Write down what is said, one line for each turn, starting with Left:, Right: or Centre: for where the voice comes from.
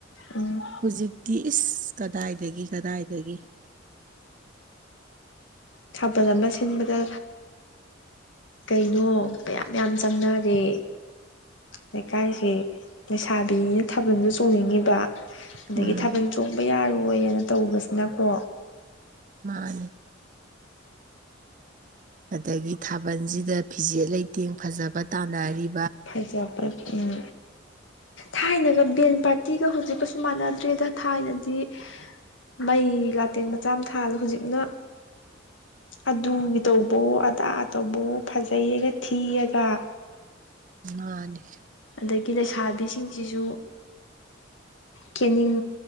Left: ꯎꯝ
Right: ꯍꯧꯖꯤꯛꯇꯤ ꯏꯁ ꯀꯗꯥꯏꯗꯒꯤ ꯀꯗꯥꯏꯗꯒꯤ
Left: ꯊꯥꯕꯜ ꯑꯃ ꯁꯤꯟꯕꯗ ꯀꯩꯅꯣ ꯃꯌꯥꯝ ꯃꯌꯥꯝ ꯆꯪꯅꯔꯦ ꯂꯩꯀꯥꯏꯁꯦ ꯂꯩꯁꯥꯕꯤꯅꯤꯅ ꯊꯥꯕꯜꯁꯨ ꯆꯣꯡꯅꯤꯡꯉꯤꯕ ꯑꯗꯒꯤ
Right: ꯎꯝ
Left: ꯊꯥꯕꯜ ꯆꯣꯡꯕ ꯌꯥꯔꯣꯏꯅ ꯇꯧꯕꯁꯤꯅꯀꯣ
Right: ꯃꯥ ꯅꯤ ꯑꯗꯒꯤ ꯊꯥꯕꯜꯖꯤꯗ ꯐꯤꯖꯦꯠ ꯂꯩꯇꯦꯡ ꯐꯖꯕ ꯇꯥꯟꯅꯔꯤ
Left: ꯐꯖꯕ ꯎꯝ ꯊꯥꯏꯅꯒ ꯕꯦꯟ ꯄꯥꯔꯇꯤꯒ ꯍꯧꯖꯤꯛꯀꯁꯨ ꯃꯥꯟꯅꯗ꯭ꯔꯦꯗ ꯊꯥꯏꯅꯗꯤ ꯃꯩ ꯂꯥꯇꯦꯟ ꯃꯆꯥ ꯑꯃ ꯊꯥꯜꯂ ꯍꯨꯖꯤꯛꯅ ꯑꯗꯨ ꯇꯧꯕꯑꯣ ꯑꯗꯥ ꯇꯧꯕꯑꯣ ꯐꯖꯩꯌꯦꯒ ꯊꯤꯌꯦꯒ
Right: ꯃꯥꯅꯤ
Left: ꯑꯗꯒꯤ ꯂꯩꯁꯥꯕꯤꯁꯤꯡꯁꯤꯖꯨ ꯀꯦꯅꯤꯡ